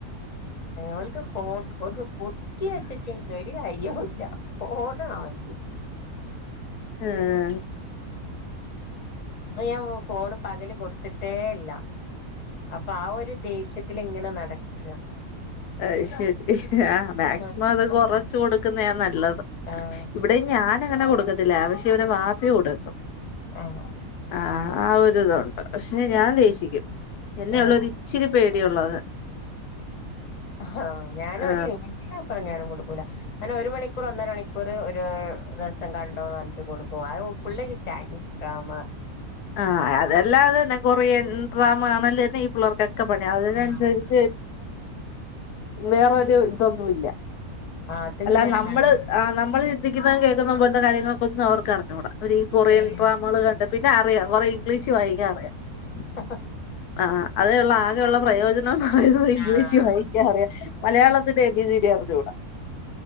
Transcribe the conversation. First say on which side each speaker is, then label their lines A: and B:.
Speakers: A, on the left; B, on the left.
A: ഓലിക്ക് ഫോൺക ബുദ്ധി വെച്ചിട്ട് ഒരു കാര്യോല്ല ഫോൺ. അതെ
B: ഉം
A: അത് ഞാൻ ഫോൺ പകല് കൊടുത്തിട്ടേ ഇല്ല്യ അപ്പൊ ആ ഒരു ദേഷ്യത്തി ഇങ്ങനെ നടക.
B: അ ശരി ആ മാക്സിമം
A: നിർബന്ധാ
B: അത് കൊറച്ച് കൊടുക്കുന്നാ നല്ലത്
A: ആഹ്
B: ഇവിടെ. ഞാനങ്ങനെ കൊടുക്കത്തില്ലേ പക്ഷേ ഇവര് വാപ്പി കൊടുക്കും.
A: ആഹ
B: ആ ആ ഒരുരിതുൊണ്ട് പക്ഷേ ഞാൻ ദേഷിക്കും എന്നെയള്ള
A: ആഹ്
B: ഒരു ഇച്ചിരി പേടിയള്ളത്.
A: ആഹ ഞാനും
B: ആ
A: ഒരു ലിമിറ്റപ്പറ ഞാനും കൊടു. ഒരു മണിക്കൂർ ഒന്നര മണിക്കൂർ ഒരു ദിവസം കണ്ടോ പറഞ്ഞിട്ട് കൊടുക്കും. ഫുള്ള് ചൈനീസ് ഡ്രമ
B: ആ അതല്ലാതൊ കൊറ ഡ്രാമ കാണല് തന്നെ ഈ പിള്ളേർക്കൊക്കെ പണി അതിനനുസരിച്ച്.
A: ആഹ്
B: വേറൊരു ഇതൊന്നുമല്ല
A: അതിങ്ങനെ
B: അല്ല നമ്മള്
A: കണ്ടിരിക്കും
B: നമ്മള് ഇരിക്കു കേൾക്കുന്ന പോല കാര്യൊക്ക ഒും അവർക്ക് അറിഞ്ഞൂട ഈ കൊറിയൻ
A: ഏഹ്
B: ഡ്രാമകൾ കണ്ട അറിയാം കുറെ ഇംഗ്ലീഷ് വായികാ അറിയാം
A: ആ
B: ആ അതെ ആകെയുള്ള പ്രയോജനം ഇംഗ്ലീഷ
A: ആഹ്
B: വായിക്കാറിയ മലയാളത്തിന്റെ എബി സി ഡി അറിഞ്ഞൂട